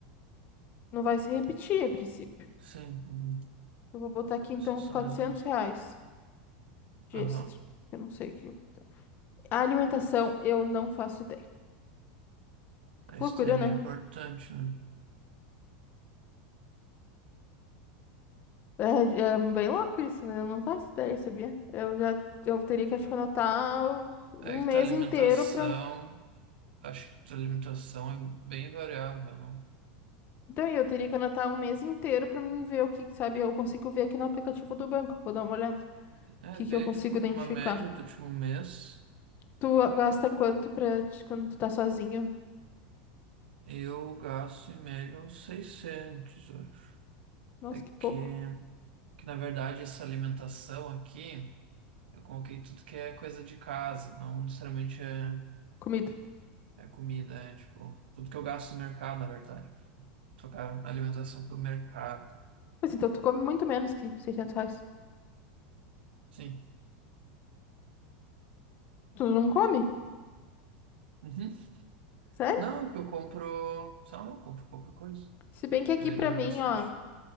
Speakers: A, on the left; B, on the right.
A: não vai se repetir a princípio.
B: sim, uhum.
A: Eu vou botar aqui então
B: Precisa
A: uns 400
B: mais ou menos.
A: reais de
B: Aham.
A: extra. Eu não sei o que. A alimentação eu não faço ideia.
B: isso
A: Loucura,
B: é bem
A: né?
B: importante, né?
A: É, é bem louco isso, mas eu não faço ideia, sabia? Eu já eu teria que acho que anotar um
B: É que
A: mês
B: tua alimentação,
A: inteiro para
B: acho que tua alimentação é bem variável, não?
A: Então, eu teria que anotar um mês inteiro para mim ver o que, sabe, eu consigo ver aqui no aplicativo do banco. Vou dar uma olhada.
B: Tipo, é
A: que
B: ver,
A: que eu consigo
B: tipo, uma
A: identificar?
B: média do último mês.
A: Tu gasta quanto pra ti- quando tu tá sozinho?
B: Eu gasto em média uns 600 eu acho.
A: Nossa,
B: É
A: que
B: que,
A: pouco.
B: que, na verdade, essa alimentação aqui, eu coloquei tudo que é coisa de casa, não necessariamente é,
A: Comida.
B: é comida, é tipo, tudo que eu gasto no mercado, na verdade. Trocar alimentação pelo mercado.
A: Mas então tu come muito menos que 600 reais.
B: Sim.
A: Tu não come?
B: Uhum.
A: Sério?
B: Não, que eu compro, sei lá, eu compro pouca coisa.
A: Se bem que aqui
B: E daí
A: pra
B: dura
A: mim,
B: bastante.
A: ó.